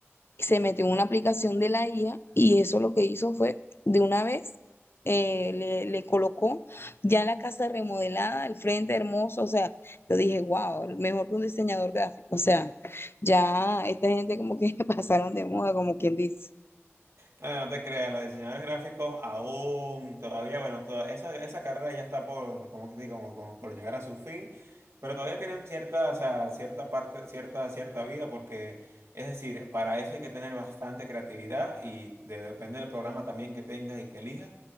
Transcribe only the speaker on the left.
se metió en una aplicación de la IA y eso lo que hizo fue, de una vez, eh, le, le colocó ya la casa remodelada, el frente hermoso, o sea, yo dije, wow, mejor que un diseñador gráfico, o sea, ya esta gente como que <laughs> pasaron de moda, como quien dice.